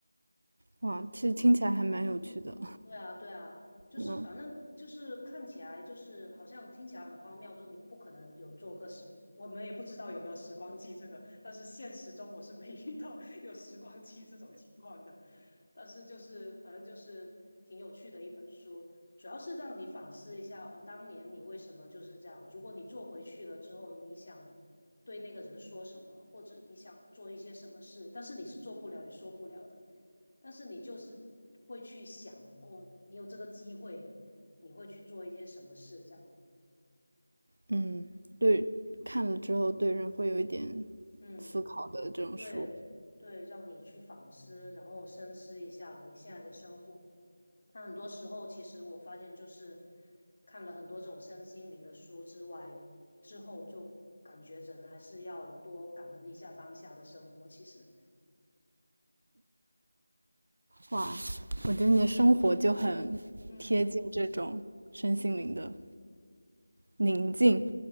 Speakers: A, on the right; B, on the left.
A: 哇，其实听起来还蛮有趣的。
B: 对啊，对啊，
A: <laughs>
B: 就是反正就是看起来就是好像听起来很荒谬，
A: 嗯。
B: 就你不可能有做个时，我们也不知道有没有时光机这个，但是现实中我是没 <laughs> 遇到有时光机这种情况的。但是就是反正就是挺有趣的一本书，主要是让你反思一下哦，当年你为什么就是这样？如果你做回去了之后，你想对那个人说什么，或者你想做一些什么事，但是你是做不了也说不了的。但是你就是会去想，哦，你有这个机会，你会去做一些什么事，这样，
A: 嗯，对，看了之后对人会有一点
B: 嗯，
A: 思考的这种书。
B: 对对，让你去反思，然后深思一下你现在的生活。那很多时候，其实我发现就是看了很多种身心灵的书之外，之后就感觉人还是要多感恩一下当下的生活。其实，
A: 哇，我觉得你的生活就很贴近这种身心灵的
B: 嗯
A: 宁静，
B: 嗯